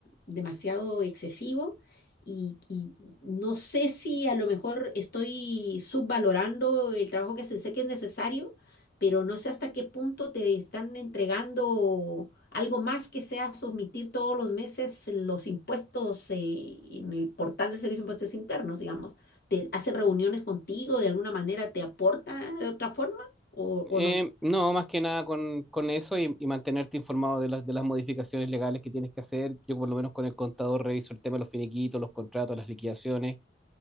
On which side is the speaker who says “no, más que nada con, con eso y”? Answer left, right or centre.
Centre